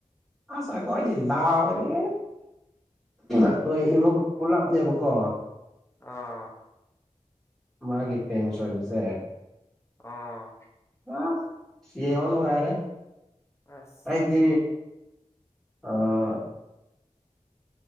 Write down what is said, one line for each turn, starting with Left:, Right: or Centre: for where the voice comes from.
Centre: ꯑꯁ ꯑꯀꯣꯏꯗꯤ ꯂꯥꯎꯕꯅꯦꯍꯦ ꯑꯈꯣꯏ ꯏꯃꯨꯡ ꯄꯨꯂꯞꯅꯦꯕꯀꯣ
Left: ꯑꯥ
Centre: ꯃꯥꯒꯤ ꯐꯦꯟꯁ ꯑꯣꯏꯕꯖꯦ
Left: ꯑꯥ
Centre: <unintelligible> ꯌꯦꯡꯕ ꯅꯨꯡꯉꯥꯏꯔꯦ
Left: ꯑꯁ
Centre: ꯑꯩꯗꯤ ꯑꯥ